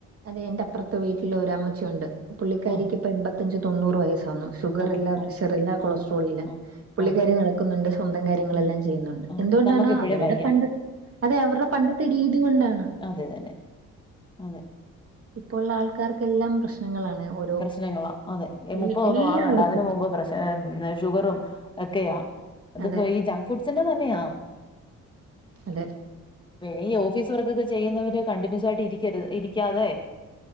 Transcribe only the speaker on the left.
ആഹ്
ആഹ്
ആഹ്
ആഹ്
ആഹ്
ആഹ്
ഉം
ആഹ്
നമ്മക്കിപ്പഴേ
വയ്യ.
എ തന്നെ അതെ
പ്രശ്നങ്ങളാ അതെ
മുപ്പത്
ഒന്നും ആകണ്ട അതിന് മുമ്പ് പ്രശ് എന്ന ഷുഗറും ഒക്കെയാ അത്
ഇപ്പോ ഈ ജങ്ക് ഫുഡ്സിന്റെ തന്നെയാ
പിന്നെ ഈ ഓഫീസ് വർക്കൊക്കെ ചെയ്യുന്നവര് കണ്ടിന്യൂസ് ആയിട്ട് ഇരിക്കരുത് ഇരിക്കാതെ